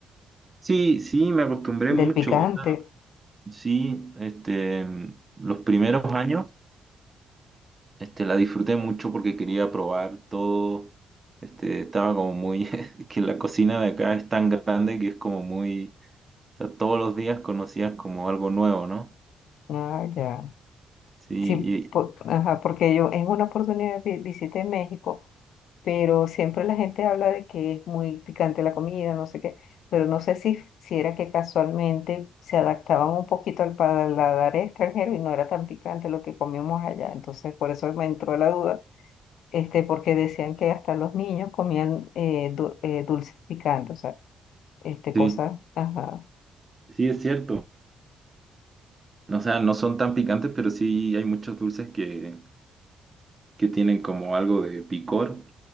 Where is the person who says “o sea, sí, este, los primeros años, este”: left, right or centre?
Right